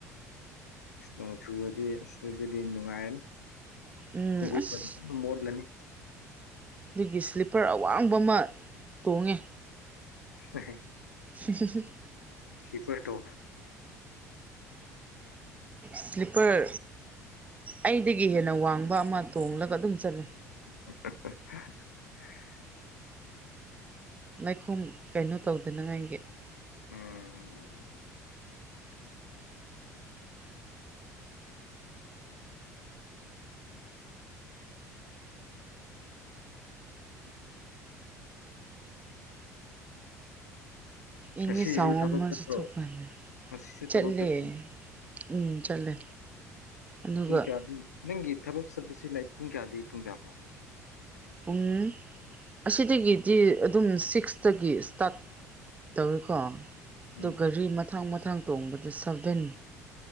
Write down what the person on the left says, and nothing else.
ꯅꯣꯡꯆꯨꯕꯗꯤ ꯑꯁꯤ ꯑꯗꯨꯗꯤ ꯅꯨꯡꯉꯥꯏꯔꯅꯤ
ꯈꯣꯡꯎꯞꯀꯗꯤ
ꯀ ꯃꯣꯠꯂꯅꯤ
ꯎ
ꯁꯤꯄꯔꯗꯣ
<unintelligible>
ꯎꯝ <unintelligible>
ꯉꯁꯤꯁꯨ
ꯊꯕꯛ
ꯆꯠꯄ꯭ꯔꯣ
ꯉꯁꯤꯁꯨ
ꯊꯕꯛ ꯆꯠꯄ
ꯄꯨꯡ ꯀꯌꯥꯗꯤ ꯅꯪꯒꯤ ꯊꯕꯛ ꯆꯠꯄꯁꯤ ꯂꯥꯏ ꯄꯨꯡ ꯀꯌꯥꯗꯤ ꯄꯨꯡ ꯀꯌꯥ ꯐꯥꯎ
ꯎꯝ